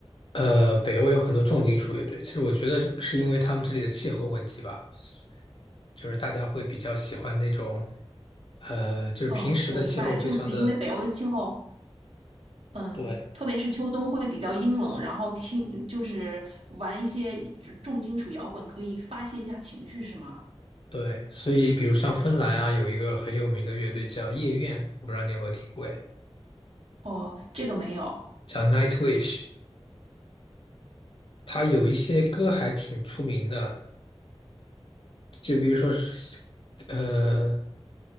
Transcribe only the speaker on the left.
呃，北欧有很多重金属乐队。其实我觉得是因为他们这里的气候问题吧，就是大家会比较喜欢那种呃，就是平时的气候非常的
对，
对，所以比如像芬兰啊，有一个很有名的乐队叫夜愿，我不知道你有没有听过哎
叫 Nightwish，它有一些歌还挺出名的，就比如说是，呃。